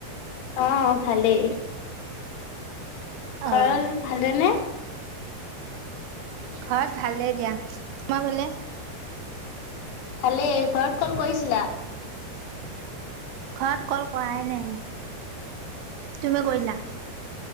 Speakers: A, on the left (about 80°); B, on the right (about 85°).
A: অ ভালেই
B: অ'
A: খৰল ভালে নে
B: ঘৰত ভালেই দিয়া তোমাৰ ফালে
A: ভালেই ঘৰত কল কৰিছিলা
B: ঘৰত কল কৰাই নাই তুমি কৰিলা